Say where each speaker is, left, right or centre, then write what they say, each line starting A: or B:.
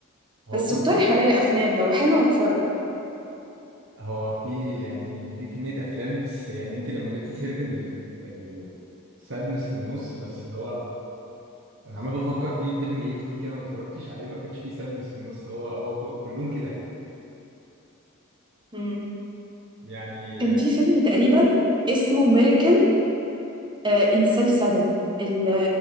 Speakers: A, on the right; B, on the right.
A: هو
B: بس اقترح
A: بصي
B: عليا أفلام لو حلوة هتفرج
A: هو في يعني في كميه افلام بس يعني انت لما جبتي سيره ال- ال- السادنس في النص بس اللي هو انا عمال بفكر في فيلم ايه تركي انا ما اتفرجتش عليه ما كانش فيه سادنس في النص هو هو ك- كلهم كده
B: مم.
A: يعني
B: كان في فيلم تقريبا اسمه Miracle انسل 7 ال-